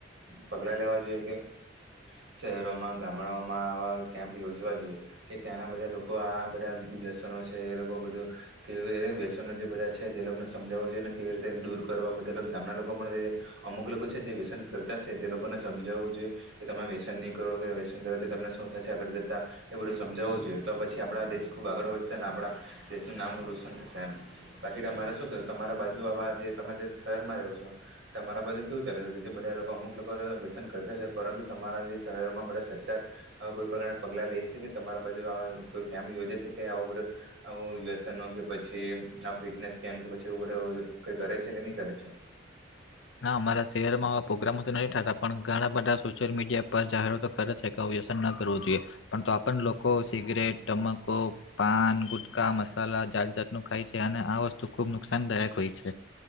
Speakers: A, on the right; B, on the left.
A: પગલા લેવા જોઈએ કે શહેરોમાં, ગામડાઓમા આવા કેમ્પ યોજવા જોઈએ કે ત્યાંના બધા લોકો આ બધા વ્યસનો છે એ લોક બો બધું કેવી રીતે વ્યસન નો જે બધા છે તે લોકોને સમજાવવું જોઈએ ને કેવી રીતે દૂર કરવા બધા ગામના લોકો પણ અમુક લોકો છે જે વ્યસન કરતા છે તે લોકોને સમજાવવું જોઈએ કે તમે વ્યસન ની કરો કે વ્યસન કરો તો તમને શું થશે આગળ જતા એ બધું સમજાવવું જોઈએ તો પછી આપણા દેશ ખૂબ આગળ વધશે અને આપણા દેશનું નામ રોશન થશે એમ. બાકી તમારે શું કરે તમારા બાજુ આવા જે તમે શહેરમાં રહો છો તમારા બાજુ કેવું ચાલે જેથી બધા અમુક લોકો વ્યસન કરતા છે પરંતુ તમારા જે શહેરોમાં બધા સરકાર કોઈ પ્રકારના પગલા લે છે કે તમારા બાજુ આવા કોઈ કેમ્પ યોજે છે કે આવું બધું. આવું વ્યસનો કે પછી આ ફિટનેસ કેમ્પ કે પછી એવું બધું કરે છે કે ની કરે છે.
B: ના અમારા શહેરમાં આવા પ્રોગ્રામો તો નઈ થતા પણ ઘણા બધા સોશિયલ મીડિયા પર જાહેરાતો કરે છે કે આવુ વ્યસન ના કરવું જોઈએ પણ તો પણ લોકો સિગરેટ તમાકુ, પાન, ગુટકા, મસાલા જાત જાતનું ખાય છે અને આ વસ્તુ ખુબ નુકસાનદાયક હોય છે